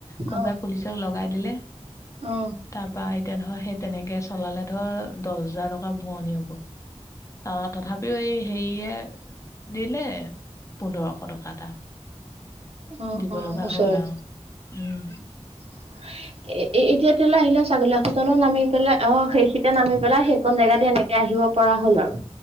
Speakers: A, on the left; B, on the right.
A: কোনোবাই
B: অ
A: পুলিচক লগাই দিলে।
B: অ
A: তাৰপৰা এতিয়া ধৰ সেই তেনেকে চলালে ধৰ দছ হাজাৰ টকা ভৰণী হ'ব। অ তথাপিও এই হেৰিয়ে দিলে পোন্ধৰশ টকা এটা
B: অ
A: দিব
B: অ',
A: লগা
B: ওচৰৰে
A: হ'ল আও উম।
B: <inaudible> এ এতিয়া এতিয়ালে আহিলে ছাগলীয়া হোটেলত নামি পেলাই অ সেইখিতে নামি পেলাই সেইকণ জেগা দি এনেকে আহিব পৰা হ'ল আৰু।